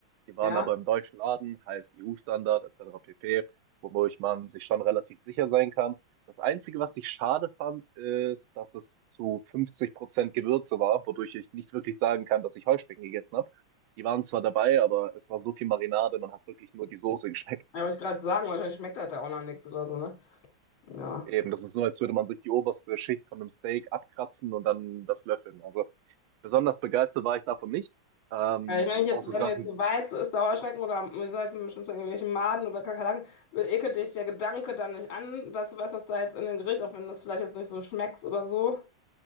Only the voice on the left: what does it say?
Ja,
ja, wollte ich gerade sagen, wahrscheinlich schmeckt das da auch noch nichts oder so, ne? Ja.
Ja, Ich meine, ich jetzt,
wenn
du jetzt weißt, du isst da Heuschrecken oder wie gesagt, im schlimmsten Fall irgendwelche Maden oder Kakerlaken, äh, ekelt dich der Gedanke dann nicht an, dass du weißt, dass da jetzt in dem Gericht, auch wenn das vielleicht jetzt nicht so schmeckt oder so.